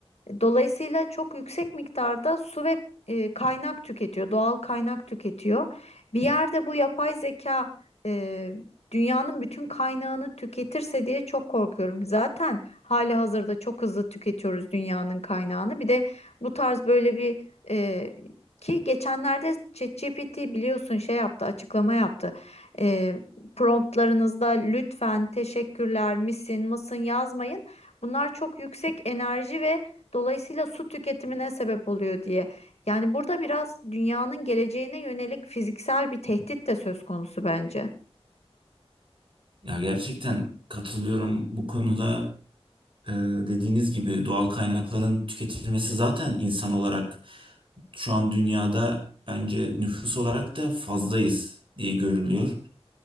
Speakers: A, on the left; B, on the right.
A: Dolayısıyla çok yüksek miktarda su ve e, kaynak tüketiyor, doğal kaynak tüketiyor. Bir yerde bu yapay zeka e, dünyanın bütün kaynağını tüketirse diye çok korkuyorum. Zaten hali hazırda çok hızlı tüketiyoruz dünyanın kaynağını. Bir de bu tarz böyle bir e, ki geçenlerde ChatGPT biliyorsun şey yaptı, açıklama yaptı. E, promptlarınızda lütfen teşekkürler misin mısın yazmayın. Bunlar çok yüksek enerji ve dolayısıyla su tüketimine sebep oluyor diye. Yani burada biraz dünyanın geleceğine yönelik fiziksel bir tehdit de söz konusu bence.
B: Ya gerçekten katılıyorum bu konuda Ee, dediğiniz gibi doğal kaynakların tüketilmesi zaten insan olarak şu an dünyada bence nüfus olarak da fazlayız diye görülüyor.